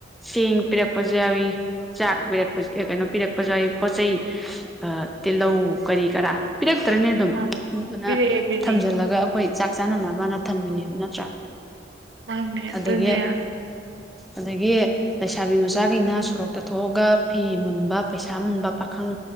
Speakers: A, in the centre; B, on the right (about 75°).
A: ꯆꯦꯡ ꯄꯤꯔꯛꯄꯁꯨ ꯌꯥꯎꯏꯤ ꯆꯥꯛ ꯄꯤꯔꯛꯄ ꯀꯩꯅꯣ ꯄꯤꯔꯛꯄꯁꯨ ꯌꯥꯎꯏ ꯄꯣꯠ ꯆꯩ ꯇꯤꯜꯍꯧ ꯀꯔꯤ ꯀꯔꯥ ꯄꯤꯔꯛꯇ꯭ꯔꯅꯦ ꯑꯗꯨꯝ
B: ꯃꯥꯅꯦ
A: ꯑꯗꯨꯗꯨꯅ
B: ꯄꯤꯔꯛꯑꯦ ꯄꯤꯔꯛꯑꯦ
A: ꯊꯝꯖꯤꯜꯂꯒ ꯑꯩꯈꯣꯏ ꯆꯥꯛ ꯆꯥꯅꯅꯕꯅ ꯊꯝꯃꯤꯅꯦꯕ ꯅꯠꯇ꯭ꯔꯥ
B: ꯃꯥꯅꯦ
A: ꯑꯗꯒꯤ
B: ꯑꯗꯨꯅꯦ
A: ꯑꯗꯒꯤ ꯂꯩꯁꯥꯕꯤ ꯃꯆꯥꯈꯩꯅ ꯁꯣꯔꯣꯛꯇ ꯊꯣꯛꯑꯒ ꯐꯤ ꯃꯨꯟꯕ ꯄꯩꯁꯥ ꯃꯨꯟꯕ ꯄꯥꯈꯪ